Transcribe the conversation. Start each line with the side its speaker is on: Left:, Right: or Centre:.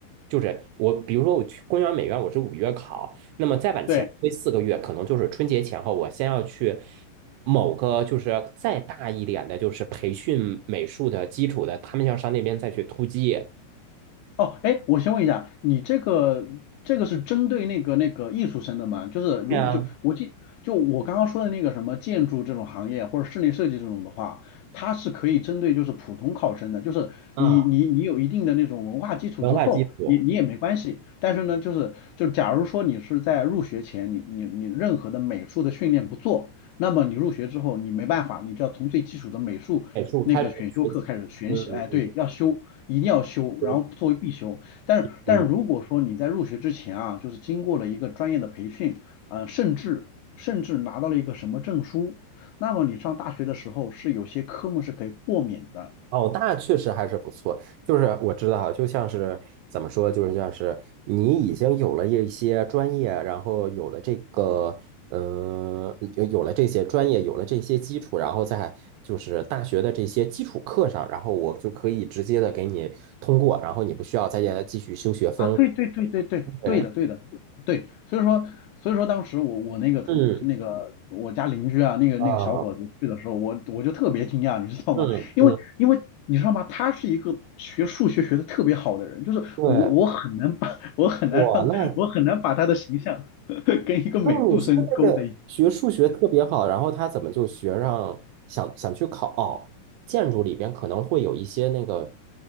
Right: 就是我，比如说我去中央美院，我是五月考，那么再往前推四个月，
Left: 对。
Right: 可能就是春节前后，我先要去某个就是再大一点的，就是培训美术的基础的，他们要上那边再去突击。
Left: 哦，哎，我先问一下，你这个这个是针对那个那个艺术生的吗？就是如果就我记就我刚刚说的那个什么建筑这种行业或者室内设计这种的话，
Right: 对啊，
Left: 它是可以针对就是普通考生的，就是你你你有一定的那种文化基础之后，
Right: 嗯，文化基础，
Left: 你你也没关系。但是呢，就是就假如说你是在入学前你你你任何的美术的训练不做，那么你入学之后你没办法，你就要从最基础的美术那个选修课开始选习，
Right: 美术开始学习。嗯嗯嗯，
Left: 哎，对，要修，一定要修，
Right: 嗯嗯。
Left: 然后作为必修。但是，
Right: 嗯
Left: 但是如果说你在入学之前啊，就是经过了一个专业的培训，呃，甚至甚至拿到了一个什么证书，那么你上大学的时候是有些科目是可以豁免的，
Right: 哦，那确实还是不错。就是我知道，就像是怎么说，就是像是你已经有了一些专业，然后有了这个，呃，有有了这些专业，有了这些基础，然后在就是大学的这些基础课上，然后我就可以直接的给你通过，然后你不需要再继续修学分了
Left: 啊，对对对对对，
Right: 对，
Left: 对的对的对，所以说所以说当时我我那个同那个我家邻居啊，
Right: 嗯，
Left: 那个那个小伙子去的时候，
Right: 啊，
Left: 我我就特别惊讶，你知道吗？
Right: 嗯嗯，
Left: 因为因为你知道吗？他是一个学数学学的特别好的人，就是我我很难把
Right: 对，
Left: <laughs> 我很难让我很难把他的形象
Right: 哇，那。
Left: <laughs> 跟一个美术生勾在一起。
Right: 那你说这个学数学特别好，然后他怎么就学上想想去考哦建筑里边可能会有一些那个